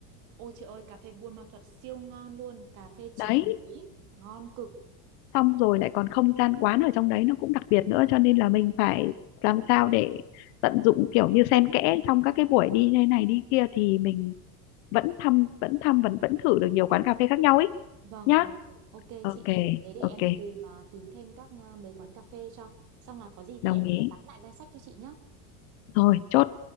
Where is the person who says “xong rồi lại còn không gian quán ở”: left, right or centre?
Left